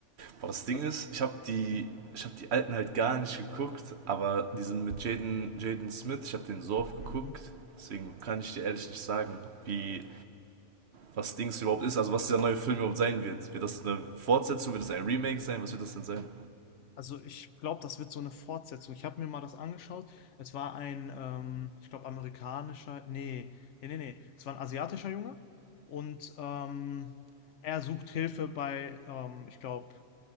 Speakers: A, on the right (about 60°); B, on the left (about 70°).
A: Aber das Ding
B: also,
A: ist, ich habe die, ich habe die alten halt gar nicht geguckt, aber diesen mit Jaden, Jaden Smith, ich habe den so oft geguckt,
B: mhm.
A: deswegen kann ich dir ehrlich nicht sagen, wie was Dings überhaupt ist, also was dieser neue Film überhaupt sein wird. Wird das eine Fortsetzung, wird das ein Remake sein, was wird das denn sein?
B: Also ich glaube, das wird so eine Fortsetzung. Ich habe mir mal das angeschaut. Es war ein, ähm, ich glaube, amerikanischer, nee, nee, nee, nee. Es war ein asiatischer Junge und ähm, er sucht Hilfe bei, ähm, ich glaube,